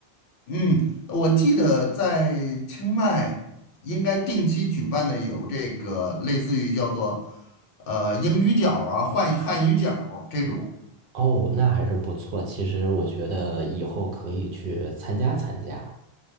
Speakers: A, on the left (about 65°); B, on the right (about 65°).
A: 嗯，我记得在清迈应该定期举办的有这个类似于叫做呃英语角儿啊、汉汉语角儿这种。
B: 哦，那还是不错。其实我觉得以后可以去参加参加。